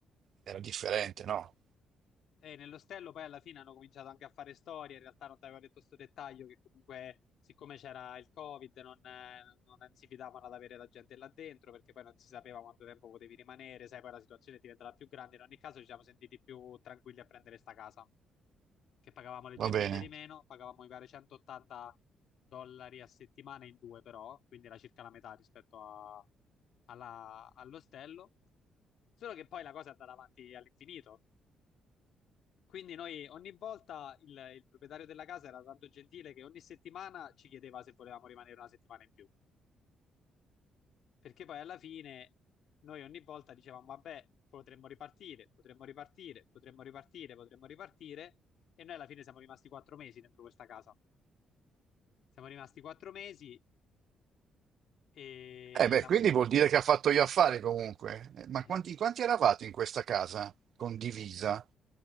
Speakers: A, on the right; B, on the left.
A: era differente, no?
B: e nell'ostello poi alla fine hanno cominciato anche a fare storie. In realtà non ti avevo detto questo dettaglio che comunque, siccome c'era il Covid, non, eh, non si fidavano ad avere la gente là dentro perché poi non si sapeva quanto tempo potevi rimanere. Sai, poi la situazione diventerà più grande. In ogni caso, ci siamo sentiti più tranquilli a prendere sta casa, che pagavamo leggermente
A: Va bene.
B: di meno. Pagavamo, mi pare, 180 dollari a settimana in due, però, quindi era circa la metà rispetto a- alla- all'ostello. Solo che poi la cosa è andata avanti all'infinito Quindi noi ogni volta il, il proprietario della casa era tanto gentile che ogni settimana ci chiedeva se volevamo rimanere una settimana in più. Perché poi alla fine noi ogni volta dicevamo, vabbè, potremmo ripartire, potremmo ripartire, potremmo ripartire, potremmo ripartire. E noi alla fine siamo rimasti quattro mesi dentro questa casa. Siamo rimasti quattro mesi e
A: Eh beh,
B: la-
A: quindi vuol dire che ha fatto gli affari comunque. Eh, Ma
B: <laughs>
A: quanti,
B: eh,
A: quanti eravate in questa casa condivisa?